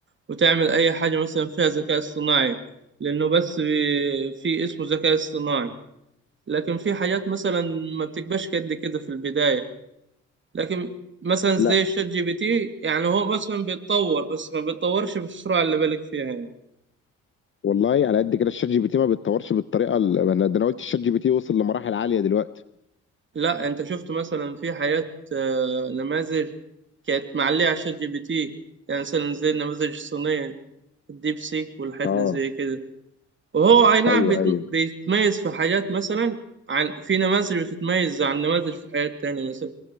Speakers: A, on the right; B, on the left.
A: وتعمل أي حاجة مثلا فيها ذكاء اصطناعي لأنه بس بي- في اسمه ذكاء اصطناعي لكن في حاجات مثلا ما بتبقاش قد كده في البداية لكن مثلا زي
B: لا
A: الشات جي بي تي يعني هو مثلا بيتطور بس ما بيتطورش بالسرعة اللي بالك فيها يعني
B: والله على قد كده الشات جي بي تي ما بيتطورش بالطريقه ال- انا ده انا قلت الشات جي بي تي وصل لمراحل عاليه دلوقتي
A: لا أنت شفت مثلا في حاجات آه، نماذج كانت معلية على الشات جي بي تي يعني مثلا زي النماذج الصينية الديب سيك والحاجات
B: اه
A: اللي زي كده وهو أي نعم
B: ايوه
A: بيت-
B: ايوه
A: بيتميز في حاجات مثلا عن في نماذج بتتميز عن نماذج في حاجات تانية مثلا